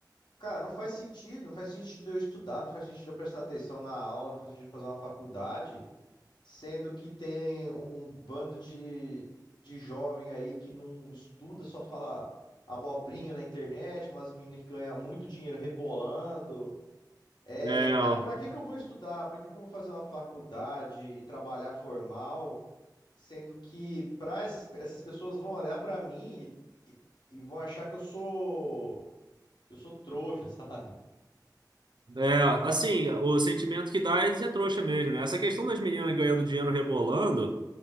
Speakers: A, on the left; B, on the right.
A: cara, não faz sentido. Não faz sentido eu estudar, não faz sentido eu prestar atenção na aula, não faz sentido eu fazer uma faculdade, sendo que tem um, um bando de, de jovem aí que não estuda, só fala abobrinha na internet, umas meninas que ganham muito dinheiro rebolando. É,
B: É,
A: cara,
B: ó.
A: pra que que eu vou estudar? Pra que que eu vou fazer uma faculdade e trabalhar formal, sendo que pra essas, essas pessoas vão olhar pra mim e, e vão achar que eu sou que eu sou trouxa, <laughs> sabe?
B: É, assim, o sentimento que dá é de ser trouxa mesmo, né? Essa questão das meninas ganhando dinheiro rebolando,